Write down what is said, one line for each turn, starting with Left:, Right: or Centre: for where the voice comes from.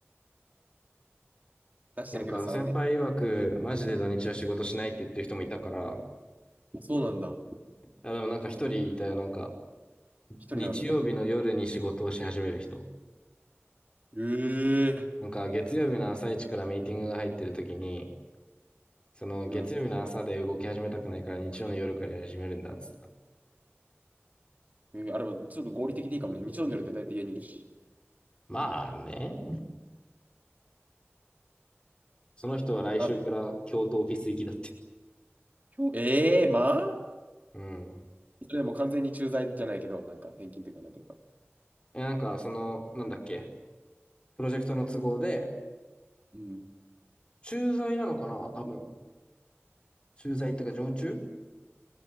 Right: 出してるけどさ、
Left: なんか先輩曰く、
Right: あれね。
Left: マジで土日は仕事しないって言ってる人もいたから、
Right: そうなんだ。
Left: あ、でもなんか一人いたよ、なんか、
Right: 一人なんだ、
Left: 日曜日の夜に仕事をし始める人。
Right: でも。えー。
Left: なんか月曜日の朝一からミーティングが入ってる時に、その月曜日の朝で動き始めたくないから日曜の夜からやり始めるんだっつってた。
Right: うん。えーあれも、ちょっと合理的でいいかもね。日曜の夜って大体家にいるし。
Left: まあね。その人は来週から京都オフィス行きだって。
Right: あと、今日、えー、まあ
Left: うん。
Right: それでも完全に駐在じゃないけど、なんか転勤っていうか、なんていうか。
Left: え、なんかその、なんだっけ、プロジェクトの都合で、
Right: うん。
Left: 駐在なのかな多分。駐在ってか常駐